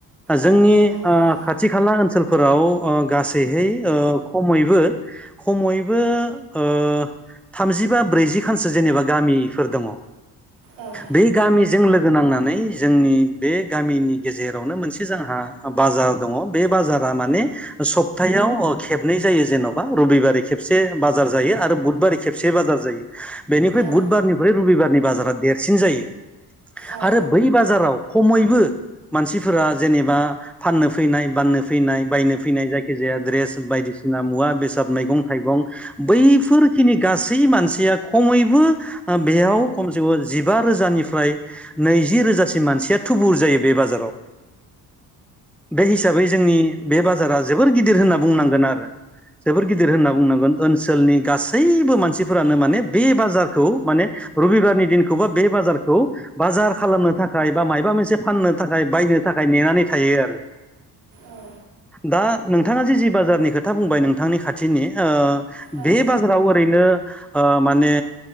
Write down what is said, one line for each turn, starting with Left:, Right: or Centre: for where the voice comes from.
Centre: जोंनि
Right: औ औ हागोन
Centre: ओ खाथि खाला ओनसोल फोराव ओ गासैहै खमैबो खमैबो ओ थामजि बा ब्रैजि खानसो जेनेबा गामिफोर दङ
Right: औ
Centre: बे गामिजों लोगो नांनानै जोंनि बे गामिनि गेजेरावनो मोनसे जोंहा बाजार दङ बे बाजार लामानि सप्तायाव खेबनै जायो जेन'बा रबिबार खेबसे बाजार जायो आरो बु बार खेबसे बाजार जायो बेनिख्रुइ
Right: औ
Centre: बुधबारनिख्रुइ रबिबारनि बाजारा देरसिन जायो
Right: औ
Centre: आरो बै बाजाराव खमैबो मानसिफोरा जेनेबा फाननो फैनाय बाननो फैनाय बायनो फैनाय जायखि जाया द्रेस बायदिसिना मुवा बेसाद मैगं थाइगं बैफोर खिनि गासै मानसिया खमैबो बेयाव खमसे खम जिबा रोजानिफ्राय नैजि रोजासिम मानसिया थुबुर जायो बे बाजाराव बे हिसाबै जोंनि बे बाजारा जोबोर गिदिर होनना बुंनांगोन आरो जोबोर गिदिर होनना बुंनांगोन ओनसोलनि गासैबो मानसिफोरानो माने बे बाजारखौ माने रबिबारनि दिनखौबा बे बाजारखौ बाजार खालामनो थाखाय बा माबा मोनसे फाननो थाखाय बायनो थाखाय नेनानै थायो आरो
Right: औ
Centre: दा नोंथाङा जे जि बाजारनि खोथा बुंबाय नोंथांनि खाथिनि
Right: औ
Centre: बे बाजाराव ओरैनो माने